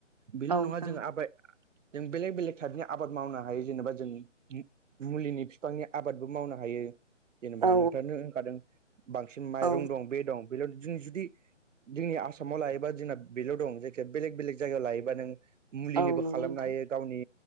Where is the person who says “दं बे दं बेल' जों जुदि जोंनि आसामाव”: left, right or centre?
Right